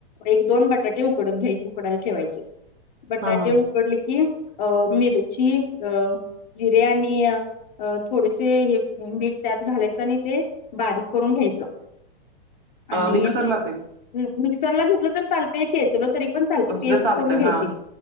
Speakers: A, on the left (about 45°); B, on the right (about 55°).
A: एक दोन बटाटे उकड घ्या उकडायला ठेवायचे. बटाटे
B: हा
A: उकडली. कि अ मिरची, अ जिरे, आणि अ थोडेसे हे मीठ त्यात घालायचं आणि ते बारीक करून घ्यायचं.
B: हा
A: आणि
B: मिक्सरला ते
A: मिक्सरला घेतलं तर चालतय ेचलं तरी पण चालत पेस्ट
B: ग चालतंय
A: करून घ्यायची.
B: हा